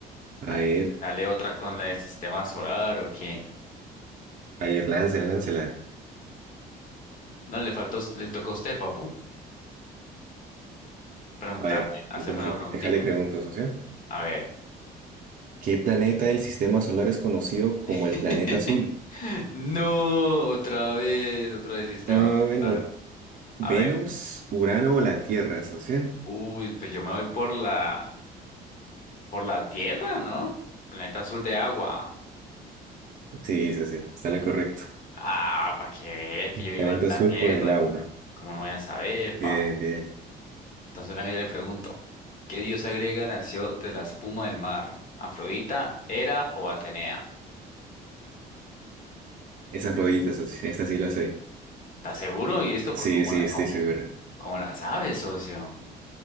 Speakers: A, on the right; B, on the left.
A: A
B: A ver,
A: ver,
B: Dale otra con la del sistema solar o qué.
A: a ver, láncela, láncela.
B: No, le faltó, le tocó a usted, papu, preguntarme,
A: A ver,
B: hacerme
A: entonces
B: una preguntica.
A: déjale pregunto, socio.
B: A ver.
A: ¿Qué planeta del sistema solar es conocido como
B: <laughs>
A: el planeta azul?
B: No, otra vez, otra vez sistema
A: Ah, bueno,
B: solar.
A: Venus,
B: A ver.
A: Urano o la Tierra, socia.
B: Uy, pues yo me voy por la, por la Tierra, ¿no? Planeta azul de agua.
A: Sí, socia, está en lo correcto.
B: Ah, para que vea que yo vivo
A: Planeta
B: en la
A: azul
B: Tierra.
A: por el agua.
B: ¿Cómo no voy a saber, papu?
A: Bien, bien.
B: Entonces, venga, yo le pregunto, ¿qué diosa griega nació de la espuma del mar? ¿Afrodita, Hera o Atenea?
A: Esas rodillitas, socia, esta sí la sé.
B: ¿Estás seguro? ¿Y esto
A: Sí,
B: por cómo
A: sí,
B: la,
A: estoy
B: cómo-
A: seguro.
B: cómo la sabes, socio?